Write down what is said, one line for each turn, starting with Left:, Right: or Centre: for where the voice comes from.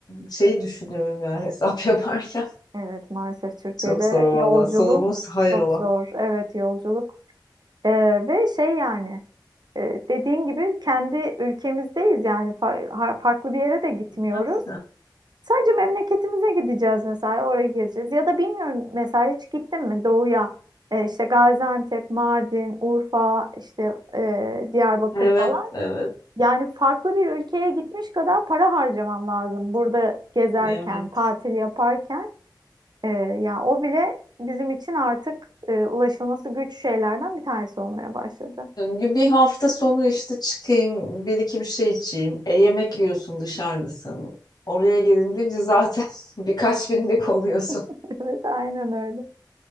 Left: şey düşünüyorum yani hesap <laughs> yaparken.
Right: Evet, maalesef Türkiye'de
Left: Çok zor
Right: yolculuk
Left: valla. Solomon hayır
Right: çok
Left: ola.
Right: zor. Evet, yolculuk. E, ve şey yani. E, dediğin gibi kendi ülkemizdeyiz yani Fa- ha- farklı bir yere de gitmiyoruz.
Left: Evet,
Right: Sadece memleketimize gideceğiz mesela oraya gezeceğiz. Ya da bilmiyorum mesela hiç gittin mi doğuya E, işte Gaziantep, Mardin, Urfa, işte e, Diyarbakır
Left: evet,
Right: falan.
Left: evet,
Right: Yani farklı bir ülkeye gitmiş kadar para harcaman lazım burada gezerken,
Left: evet.
Right: tatil yaparken. E, yani o bile bizim için artık e, ulaşılması güç şeylerden bir tanesi olmaya başladı.
Left: Bir hafta sonu işte çıkayım, bir iki bir şey içeyim. E, yemek yiyorsun dışarıdasın. Oraya gelince zaten <laughs> birkaç binlik oluyorsun.
Right: <laughs> Evet, aynen öyle.